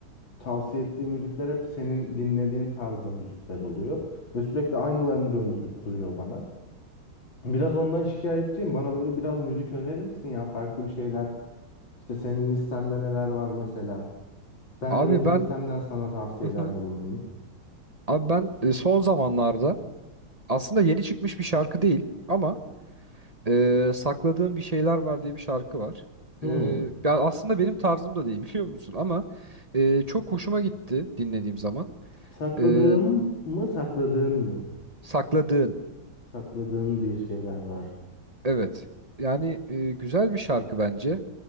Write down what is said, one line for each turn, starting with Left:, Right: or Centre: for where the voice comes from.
Left: tavsiye ettiği müzikler hep senin dinlediğin tarzda müzikler oluyor. Ve sürekli aynılarını döndürüp duruyor bana. Biraz ondan şikayetçiyim. Bana böyle biraz müzik önerir misin ya? Farklı bir şeyler. İşte senin listende neler var mesela? Ben
Right: Abi
Left: de benim
Right: ben
Left: listemden sana tavsiyelerde
Right: Hı hı.
Left: bulunayım.
Right: abi ben e, son zamanlarda aslında yeni çıkmış bir şarkı değil ama e, sakladığım bir şeyler var diye bir şarkı var.
Left: Hmm.
Right: E, ya aslında benim tarzım da değil <laughs> biliyor musun ama e, çok hoşuma gitti dinlediğim zaman.
Left: Sakladığım
Right: E,
Left: mı, sakladığın mı?
Right: sakladığın
Left: Sakladığın bir şeyler var.
Right: evet. Yani e, güzel bir şarkı bence.